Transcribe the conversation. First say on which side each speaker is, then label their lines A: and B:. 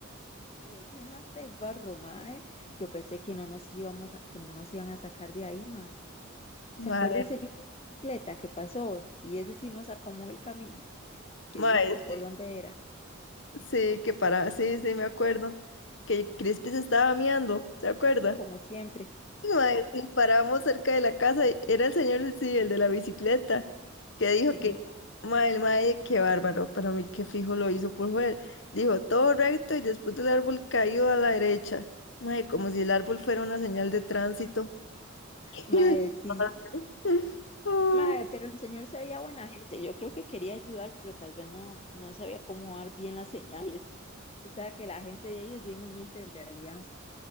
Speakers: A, on the left; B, on the left.
A: quedó llena de barro, mae. Yo pensé que no nos íbamos a- que no nos iban a sacar de ahí, mae. ¿Se
B: mae,
A: acuerda el señor de bicicleta que pasó? Y ese sí nos acomodó el camino, que
B: mae,
A: dijo que por
B: sí,
A: dónde era,
B: sí, que para, sí, sí, me acuerdo, que Crispy se estaba miando, ¿se acuerda?
A: como siempre.
B: Mae, sí, parábamos cerca de la casa, y era el señor, sí, el de la bicicleta, que dijo
A: Sí,
B: que, mae, el mae, qué bárbaro, para mí qué fijo lo hizo por joder. Dijo, todo recto y después del árbol caído a la derecha. Mae, como si el árbol fuera una señal de tránsito. <laughs>
A: mae, sí.
B: Oh,
A: Mae, pero el señor se veía buena gente. Yo creo que quería ayudar, pero tal vez no, no sabía cómo dar bien las señales. Usted sabe que la gente de ahí es bien humilde en realidad.